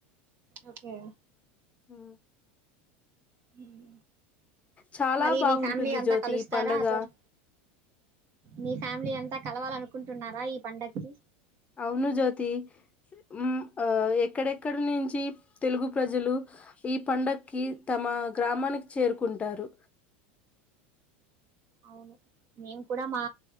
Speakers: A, on the right; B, on the left.
A: ఓకే
B: హ్మ్
A: హ్మ్
B: చాలా
A: మరి
B: బాగుంటుంది
A: నీ ఫ్యామిలీ ఎంత
B: జ్యోతి
A: కలుస్తారా
B: ఈ పండగ
A: అదరు మీ ఫ్యామిలీ ఎంత కలవాలనుకు కుంటున్నారా ఈ పండగకి
B: అవునుజ్యోతి హ్మ్ అ ఎక్కడెక్కడి నుంచి తెలుగు ప్రజలు ఈ పండగకి తమ గ్రామానికి చేరుకుంటారు
A: అవును మేము కూడా మా